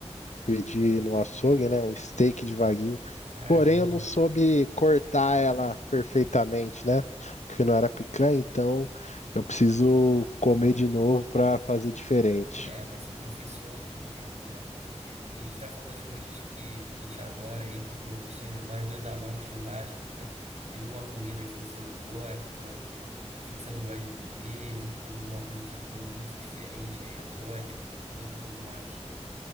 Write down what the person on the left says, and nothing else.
Pedi no açougue, né? Um steak de wagyu.
Porém, eu não soube cortar ela perfeitamente, né? Porque não era picanha, então eu preciso comer de novo para fazer diferente.